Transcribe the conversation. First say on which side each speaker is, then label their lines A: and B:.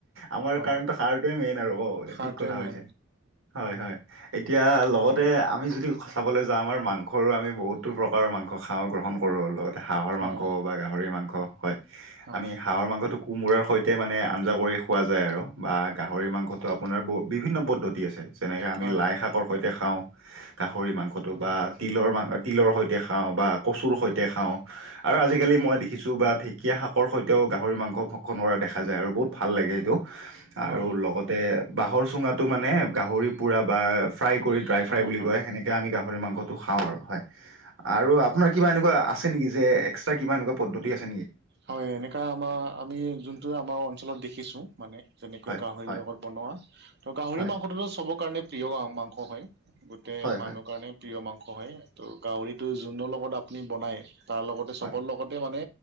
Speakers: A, on the right; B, on the right.
A: আমাৰ
B: হয়
A: কাৰণো সাৰটয়ে মেইন আৰু। <unintelligible> অ
B: খাৰটোৱে
A: ঠিক কথা
B: মেইন
A: হৈছে হয় হয়। এতিয়া লগতে আমি যদি চাবলৈ যাওঁ আমাৰ মাংসৰো আমি বহুতো প্ৰকাৰৰ মাংস খাওঁ গ্ৰহণ। কৰো লগতে হাঁহৰ
B: হয়,
A: মাংস বা গাহৰি মাংস হয়
B: হয়,
A: আমি হাঁহৰ মাংসটো। কোমোৰাৰ সৈতে মানে আঞ্জা কৰি খোৱা যায় আৰু বা গাহৰি মাংসটো আপোনাৰ ব বিভিন্ন পদ্ধতি। আছে যেনেকা আমি
B: হয়,
A: লাই শাকৰ সৈতে খাওঁ গাহৰি মাংসটো
B: উম,
A: বা তিলৰ মা। তিলৰ সৈতে খাওঁ বা কচুৰ
B: হয়,
A: সৈতে খাওঁ আৰু আজিকালি
B: হয়,
A: মই দেখিছোঁ বা। কুকীয়া <unintelligible> শাক সৈতেও গাহৰি মাংস ভক্ষণ কৰা দেখা যায় আৰু বহুত ভাল লাগে সেইটো। আৰু
B: হয়,
A: লগতে বাঁহৰ চুঙাতো মানে গাহৰি পোৰা বা। ফ্ৰাই কৰি ড্ৰাই
B: হয়,
A: ফ্ৰাই বুলি
B: হয়।
A: কয় সনেকৈ আমি গাপো গাহৰি মাংসটো খাওঁ আৰু হয় আৰু আপোনাৰ কিবা এনেকুৱা আছে নেকি যে এক্সট্ৰা কিবা এনেকুৱা পদ্ধতি আছে নেকি <unintelligible>
B: হয় এনেকা আমাৰ আমি যোনটো আমাৰ অঞ্চলত দেখিছো মানে যেনেকৈ
A: হয়
B: গাহৰি
A: হয়
B: লগত বনোৱা ত' গাহৰি
A: হয়
B: মাংসটোতো চব কাৰণে প্ৰিয় মাংস হয় গোটেই
A: হয়
B: মানুহ
A: হয়
B: কাৰণে প্ৰিয় মাংস হয় ত' গাহৰিটো যোনটো লগত আপুনি বনাই তাৰ লগতে চবৰ
A: হয়
B: লগতে মানে